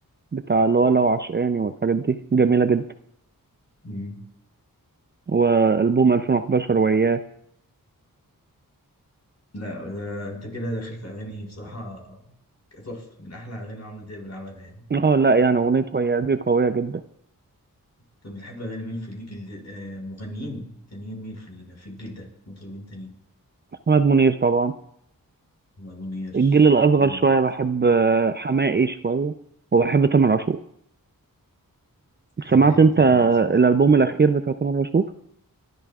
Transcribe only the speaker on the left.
مم.
لا ده انت كده داخل في اغاني بصراحه تحفه من احلى اغاني عمرو دياب اللي عملها يعني
طب بتحب اغاني مين في الجيل آه، مغنيين تانيين مين في ال- في الجيل ده مطربين تانيين
محمد منير
جامد
حماقي
وتامر
عاشور